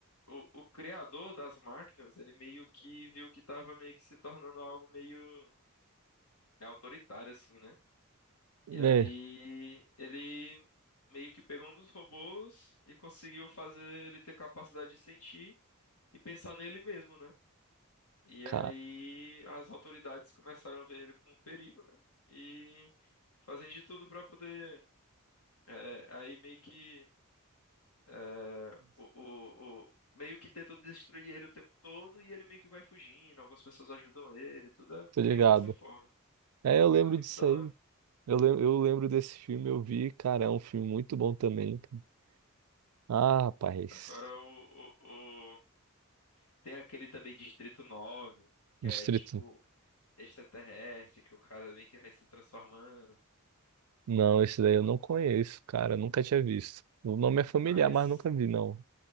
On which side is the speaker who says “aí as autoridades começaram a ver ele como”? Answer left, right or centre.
Left